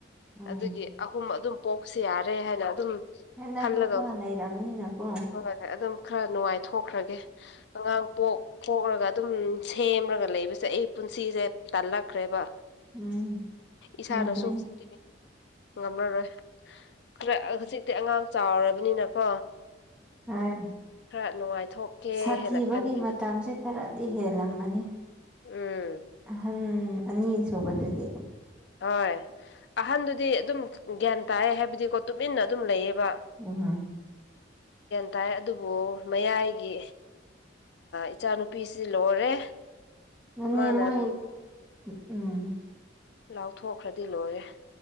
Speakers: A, in the centre; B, on the left.
A: ꯎꯝ
B: ꯑꯗꯨꯒꯤ ꯑꯍꯨꯝ ꯑꯗꯨꯝ ꯄꯣꯛꯁꯨ ꯌꯥꯔꯦ ꯍꯥꯏꯅ ꯑꯗꯨꯝ
A: ꯍꯂ
B: ꯈꯜꯂꯒ
A: ꯅꯨꯄꯥ ꯑꯂ ꯏꯔꯥꯕꯅꯤꯅꯥꯀꯣ
B: ꯍꯣꯏ ꯑꯗꯨꯝ ꯈꯔ ꯅꯨꯡꯉꯥꯏꯊꯣꯛꯈ꯭ꯔꯒꯦ ꯑꯉꯥꯡ ꯄꯣꯛ ꯀꯣꯛꯂꯒ ꯑꯗꯨꯝ ꯁꯦꯝꯔꯒ ꯂꯩꯕꯁꯦ ꯑꯩ ꯄꯨꯟꯁꯤꯁꯦ ꯇꯜꯂꯛꯈ꯭ꯔꯦꯕ
A: ꯎꯝ
B: ꯏꯁꯥꯅꯁꯨ
A: ꯃꯥꯟꯅꯩ
B: ꯍꯧꯖꯤꯛ ꯉꯝꯂꯔꯣꯏ ꯈꯔ ꯍꯧꯖꯤꯛꯇꯤ ꯑꯉꯥꯡ ꯆꯥꯎꯔꯕꯅꯤꯅꯀꯣ
A: ꯍꯣꯏ
B: ꯈꯔ ꯅꯨꯡꯉꯥꯏꯊꯣꯛꯀꯦ
A: ꯁꯥꯊꯤꯕꯒꯤ
B: ꯍꯥꯏꯅ ꯈꯟꯈ
A: ꯃꯇꯝꯁꯦ
B: ꯑꯗꯨ
A: ꯈꯔꯗꯤ ꯍꯦꯜꯂꯝꯒꯅꯤ
B: ꯎꯝ
A: ꯑꯍꯟ ꯑꯅꯤ ꯁꯨꯕꯗꯨꯗꯤ
B: ꯍꯣꯏ ꯑꯍꯟꯗꯨꯗꯤ ꯑꯗꯨꯝ ꯒ꯭ꯌꯥꯟ ꯇꯥꯏ ꯍꯥꯏꯕ ꯗꯤꯀꯣ ꯇꯨꯃꯤꯟꯅ ꯑꯗꯨꯝ ꯂꯩꯌꯦꯕ
A: ꯎꯝ
B: ꯇꯥꯏ ꯑꯗꯨꯕꯨ ꯃꯌꯥꯏꯒꯤ ꯏꯆꯥꯅꯨꯄꯤꯁꯤ ꯂꯣꯏꯔꯦ
A: ꯑꯗꯨꯅꯦ
B: ꯃꯥꯅꯜ
A: ꯃꯣꯏ ꯎꯝ
B: ꯂꯥꯎꯊꯣꯛꯈ꯭ꯔꯗꯤ ꯂꯣꯏꯔꯦ